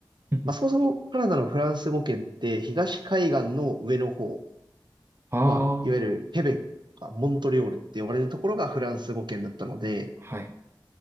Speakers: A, on the right; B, on the right.
A: うんうん
B: まあそもそもカナダのフランス語圏って東海岸の上の方、
A: ああ、
B: まあいわゆるケベックとかモントリオールって呼ばれるところがフランス語圏だったので、
A: はい。